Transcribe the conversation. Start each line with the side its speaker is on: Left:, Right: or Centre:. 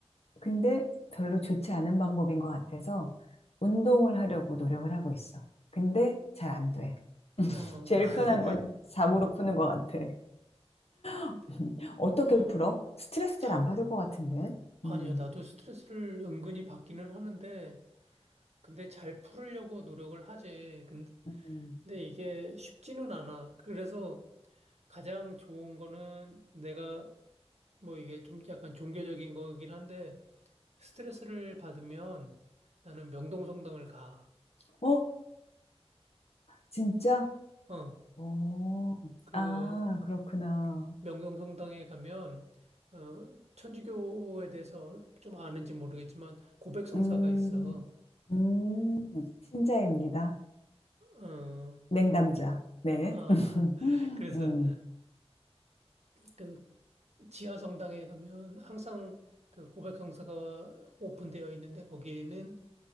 Left: 근데 별로 좋지 않은 방법인 것 같아서 운동을 하려고 노력을 하고 있어. 근데 잘 안 돼.
Right: 어,
Left: 제일
Right: <laughs>
Left: 편한 건 잠으로 푸는 것 같아.
Right: 근데,
Left: <laughs> 어떻게
Right: 어,
Left: 풀어? 스트레스를
Right: 잠,
Left: 안 받을 것 같은데.
Right: 아니요.
Left: 음.
Right: 나도 스트레스를 은근히 받기는 하는데, 근데 잘 풀으려고 노력을 하지. 근데
Left: 음.
Right: 근데 이게 쉽지는 않아. 그래서 가장 좋은 거는 내가 뭐 이게 좀 약간 종교적인 거긴 한데 스트레스를 받으면 나는 명동성당을 가.
Left: 어? 진짜?
Right: 어.
Left: 어,
Right: 그리고
Left: 아, 그렇구나.
Right: 명동성당에 가면 어 천주교에 대해서 얼- 좀 아는지 모르겠지만 고백성사가
Left: 음,
Right: 있어.
Left: 음, 신자입니다.
Right: 어.
Left: 냉담자. 네.
Right: 아.
Left: <laughs>
Right: 그래서
Left: 음,
Right: 그 지하 성당에 가면 항상 그 고백성사가 오픈되어 있는데 거기는